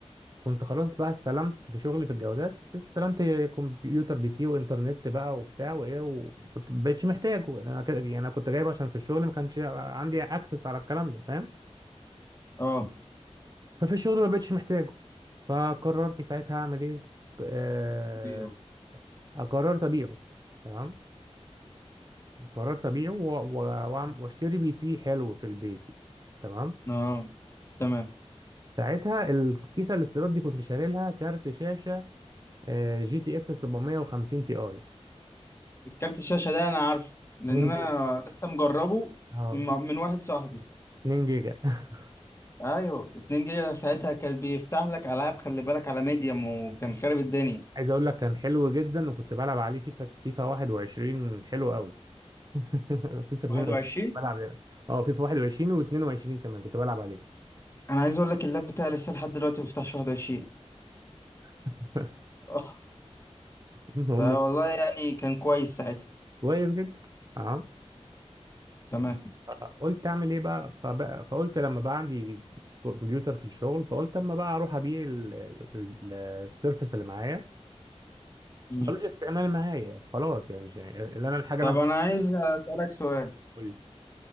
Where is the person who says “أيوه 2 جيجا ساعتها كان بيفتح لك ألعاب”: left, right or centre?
Left